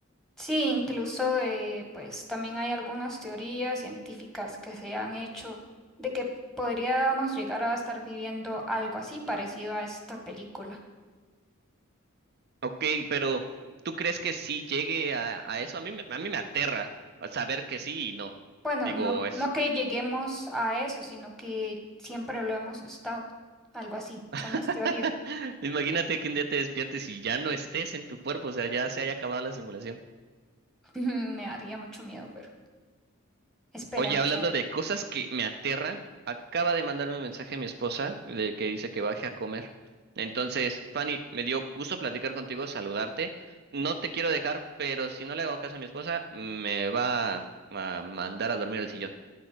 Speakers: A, in the centre; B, on the right.
A: Sí, incluso eh, pues también hay algunas teorías científicas que se han hecho de que podríamos llegar a estar viviendo algo así parecido a esta película.
B: Ok, pero ¿tú crees que sí llegue a, a eso? A mí, me- a mí me aterra saber que sí y no.
A: Bueno,
B: Digo,
A: no,
B: es...
A: no que lleguemos a eso, sino que siempre lo hemos estado. Algo así, son las
B: <laughs>
A: teorías.
B: Imagínate que un día te despiertes y ya no estés en tu cuerpo, o sea, ya se haya acabado la simulación.
A: <laughs> Me daría mucho miedo, pero esperemos
B: Oye, hablando
A: a ver.
B: de cosas que me aterran, acaba de mandarme un mensaje mi esposa de que dice que baje a comer. Entonces, Fanny, me dio gusto platicar contigo, saludarte. No te quiero dejar, pero si no le hago caso a mi esposa, me va a mandar a dormir al sillón.